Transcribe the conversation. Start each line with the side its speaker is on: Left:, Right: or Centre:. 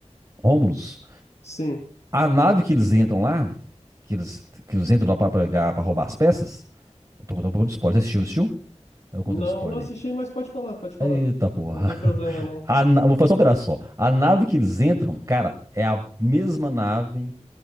Right: Romulus.
Left: Sim.
Right: A nave que eles entram lá, que eles, que eles entram lá pra, pegar, pra roubar as peças. Eu tô contando um pouco de spoiler. Você assistiu, não assistiu? Eu contando
Left: Não,
Right: spoiler
Left: não assisti,
Right: aí.
Left: mas pode falar, pode falar.
Right: Eita porra.
Left: Não tem problema,
Right: <laughs>
Left: não.
Right: A na- Vou fazer só um pedaço só. A nave que eles entram, cara, é a mesma nave